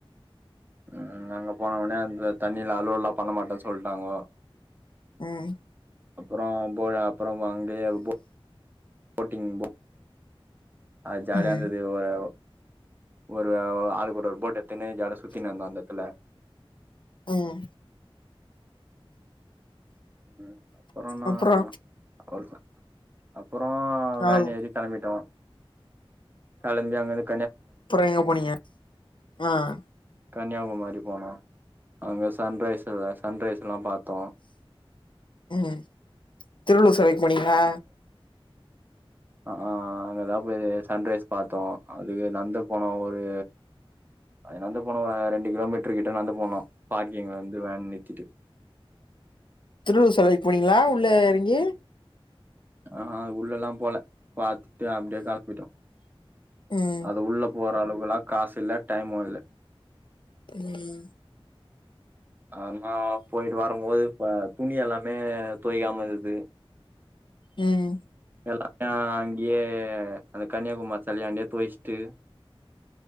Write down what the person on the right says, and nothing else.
உஹ் அங்க போனோனே அந்த தண்ணியில அலோட்லாம் பண்ண மாட்டன்னு சொல்லிட்டாங்கோ
அப்புறம் போழாப் அப்புறம் ஓன் டே போ போட்டிங் போ அது ஜாலியா
இருந்தது ஒரு ஒருவே <unintelligible> ஆளுக்கு ஒரு ஒரு போட் எத்துனு ஜாலியா சுத்தினு இருந்தோம் அந்த எத்துல
உம் அப்புறன்னா
அவ்ளோதான் அப்புறம் வேன்
ஏறி கெளம்பிட்டோம் களம்பி அங்கிருந்து
கன்னியாகுமரி போனோம் அங்க சன் ரைஸ் இல்ல சன்ரைஸ்லாம் பாத்தோம்
ஆஹ் ஆஹ் அங்கதான் போயி சன்ரைஸ் பாத்தோம் அதுக்கு நந்து போனோம் ஒரு அது நந்து போனோம் ஒரு ரெண்டு கிலோ மீட் டர் கிட்ட நந்து போனோம் பார்க்கிங்லந்து வேன் நிருத்திட்டு
அஹ் உள்ளலா போல பாத்துட்டு அப்டியே கெலம்பிட்டோ
அது உள்ள போற அளவுலா காசு இல்ல டைமு இல்ல
ஆமா போயிட்டு வரம்போது இப்ப துணியெல்லாமே துவைக்காம இருக்குது
எல்லாமே அங்கியே அந்த கன்னியாகுமாரி செலையாண்டே துவச்சுட்டு